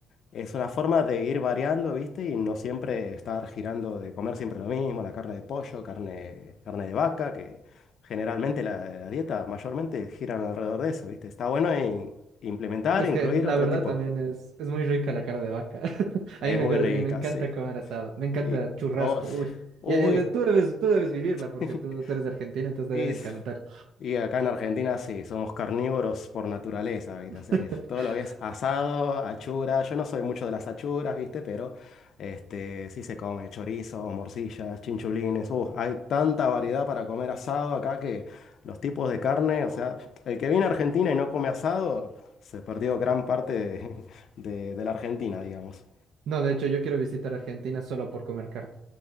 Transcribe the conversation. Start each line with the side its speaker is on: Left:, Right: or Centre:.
Left: es una forma de ir variando, ¿viste? Y no siempre estar girando de comer siempre lo mismo, la carne de pollo, carne, carne de vaca, que generalmente la, la dieta mayormente giran alrededor de eso, ¿viste? Está bueno y- implementar,
Right: Es
Left: incluir
Right: que la
Left: otro
Right: verdad
Left: tipo.
Right: también es, es muy rica la carne de vaca. <laughs>
Left: Es
Right: A mí me,
Left: muy
Right: ca-
Left: rica,
Right: me encanta
Left: sí.
Right: comer asado. Me encanta
Left: Y,
Right: churrasco.
Left: oh, sí.
Right: Uy.
Left: uy,
Right: Y, eh, tú debes, tú debes vivirla porque
Left: <laughs>
Right: tú, tú eres de Argentina, entonces
Left: es,
Right: te debe encantar.
Left: Y acá en Argentina sí, somos carnívoros por naturaleza, ¿viste?
Right: <laughs>
Left: O sea que todo lo que es asado, achura, yo no soy mucho de las achuras, ¿viste? Pero este, sí se come chorizo, morcillas, chinchulines, uh, hay tanta variedad para comer asado acá que los tipos de carne, o sea, el que viene a Argentina y no come asado, se perdió gran parte de, <laughs> de de la Argentina, digamos.
Right: No, de hecho, yo quiero visitar Argentina solo por comer carne.